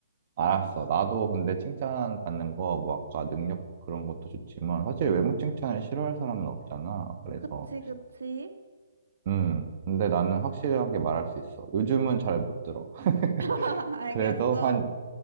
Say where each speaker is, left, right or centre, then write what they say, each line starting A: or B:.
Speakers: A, on the right; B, on the right.
A: 알았어. 나도 근데 칭찬 받는 거, 뭐 아까 능력 그런 것도 좋지만, 사실 외모 칭찬을 싫어할 사람은 없잖아. 그래서,
B: 그치, 그치.
A: 음, 근데 나는 확실하게 말할 수 있어. 요즘은 잘 못 들어. <laughs>
B: <laughs> 알겠어.
A: 그래도 한,